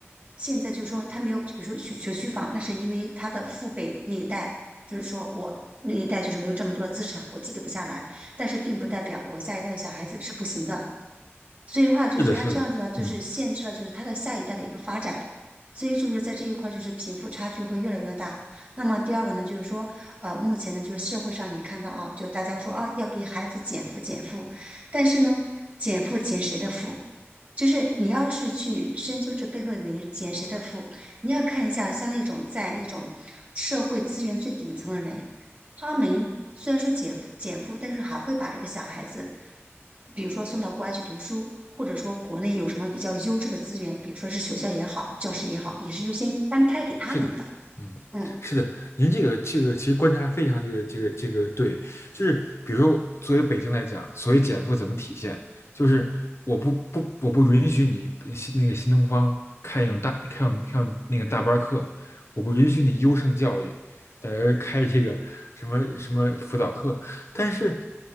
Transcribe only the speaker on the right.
现在就是说他没有，比如说学学区房，那是因为他的父辈那一代，就是说我那一代就是没有这么多的资产，我积累不下来，但是并不代表我下一代的小孩子是不行的。所以的话，就是他这样子呢，
就是限制了就是他的下一代的一个发展，
所以就是在这一块儿就是贫富差距会越来越大。那么第二个呢，就是说，呃，目前呢就是社会上你看到啊，就大家说啊要给孩子减负减负，但是呢，减负减谁的负？就是你要是去深究这背后的原因，减谁的负，你要看一下，像那种在那种社会资源最顶层的人，他们虽然说减负减负，但是还会把这个小孩子，比如说送到国外去读书，或者说国内有什么比较优质的资源，比如说是学校也好，教师也好，也是优先安排给他们的。
嗯。